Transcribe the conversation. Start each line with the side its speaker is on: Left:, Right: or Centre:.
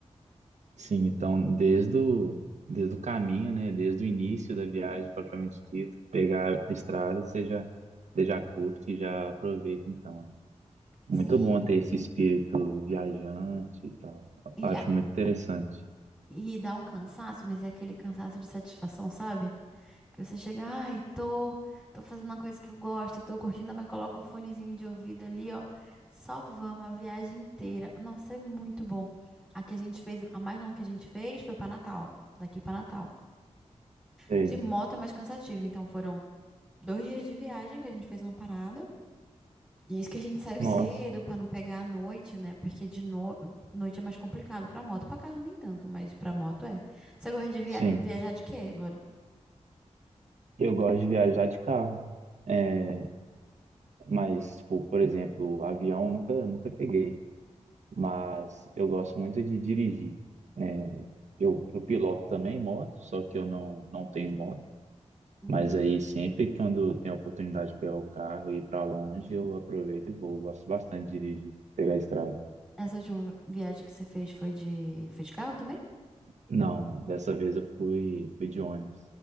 Right: Sim, então desde o, desde o caminho, né? Desde o início da viagem, propriamente dito, pegar a estrada, você já, você já curte, e já aproveita então. Muito
Centre: Sim.
Right: bom ter esse espírito viajante e tal. Eu
Centre: E
Right: acho muito interessante.
Centre: E dá um cansaço, mas é aquele cansaço de satisfação, sabe? Que você chega, ai, tô, tô fazendo uma coisa que eu gosto, tô curtindo, mas coloca um fonezinho de ouvido ali, ó. Só vamos a viagem inteira. Nossa, é muito bom. A que a gente fez, a mais longa que a gente fez foi pra Natal, daqui pra Natal.
Right: Sei.
Centre: De moto é mais cansativo, então foram dois dias de viagem que a gente fez uma parada. E isso que a gente saiu
Right: Nossa,
Centre: cedo pra não pegar à noite, né? Porque de no... noite é mais complicado pra moto, Pra carro nem tanto, mas pra moto é. Você gosta de via...
Right: sim.
Centre: viajar de quê, Lore?
Right: Eu gosto de viajar de carro. É, Mas, tipo, por exemplo, avião eu nunca, nunca peguei, mas eu gosto muito de dirigir. É, eu, eu piloto também moto, só que eu não, não tenho moto.
Centre: Uhum.
Right: Mas aí sempre que quando tem a oportunidade de pegar o carro e ir para longe, eu aproveito e vou. Eu Gosto bastante de dirigir, pegar a estrada.
Centre: Essa última vi- viagem que você fez foi de foi de carro também?
Right: Não, dessa vez eu fui, fui de ônibus.